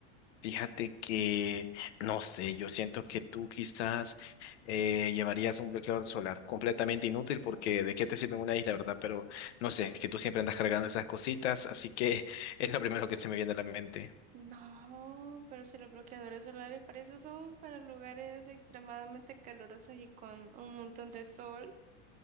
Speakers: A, on the left; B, on the right.
A: Fíjate que, no sé, yo siento que tú quizás eh, llevarías un bloqueador solar completamente inútil porque de qué te sirve en una isla, ¿verdad? Pero no sé, es que tú siempre andas cargando esas cositas, así que <laughs> es lo primero que se me viene a la mente.
B: No, pero si los bloqueadores solares para eso son para lugares extremadamente calurosos y con un montón de sol